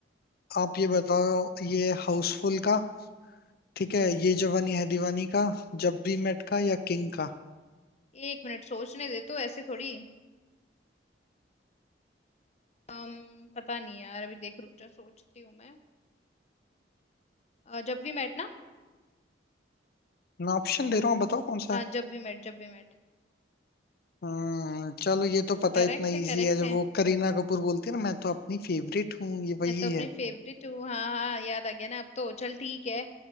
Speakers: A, on the left; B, on the left.
A: आप ये बताओ ये हाउसफुल का ठीक है ये जवानी है दीवानी का जब वी मेट का या किंग का
B: एक मिनट सोचने दे तो ऐसे थोड़ी अम पता नहीं यार अभी देख रुक जा सोचती हूँ मैं अ, जब भी मैट ना
A: मैं ऑप्शन दे रहा हूँ आप बताओ कौन सा
B: हाँ
A: है
B: जब भी मैट जब भी मैट
A: हम्म चलो ये तो पता
B: करेक्ट
A: इतना इजी
B: है करेक्ट
A: है जब
B: है
A: वो करीना कपूर बोलती है ना मैं तो अपनी फेवरेट हूँ ये
B: मैं
A: वही
B: तो अपनी
A: है
B: फेवरेट हूँ हाँ हाँ याद आ गया ना अब तो चल ठीक है